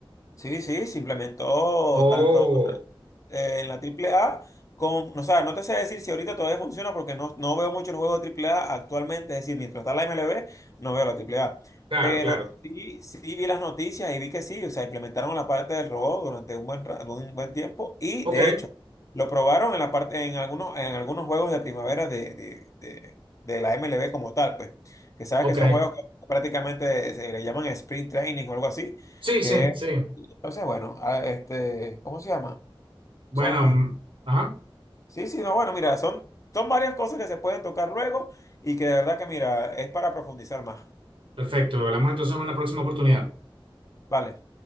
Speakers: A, on the left; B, on the right.
A: Sí, sí, se implementó
B: Oh,
A: tanto eh, en la triple A Con, o sea, no te sé decir si ahorita todavía funciona porque no, no veo muchos juegos de triple A actualmente. Es decir, mientras está la MLB, no veo la triple A
B: claro,
A: Pero
B: claro.
A: sí, sí vi las noticias y vi que sí. O sea, implementaron la parte del robot durante un buen, ra- un buen tiempo. Y
B: Ok,
A: de hecho, lo probaron en la parte, en algunos, en algunos juegos de primavera de, de, de, de la MLB como tal, pues. Que sabes
B: ok.
A: que son juegos que prácticamente se le llaman sprint training o algo así.
B: Sí,
A: Que
B: sí,
A: es,
B: sí.
A: entonces, bueno, a- este, ¿cómo se llama?
B: Bueno,
A: Son,
B: mm, ajá,
A: sí, sí, no, bueno, mira, son, son varias cosas que se pueden tocar luego y que de verdad que, mira, es para profundizar más.
B: perfecto. Hablamos entonces en una próxima oportunidad.
A: Vale.